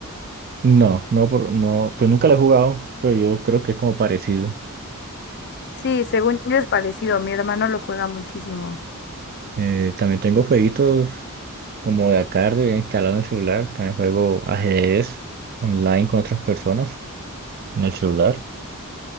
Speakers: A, on the right; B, on the left.
A: No, no, por, no, pues nunca lo he jugado, pero yo creo que es como parecido.
B: Sí, según yo es parecido. Mi hermano lo juega muchísimo.
A: Eh, también tengo jueguitos como de arcade instalado en el celular. También juego ajedrez online con otras personas en el celular.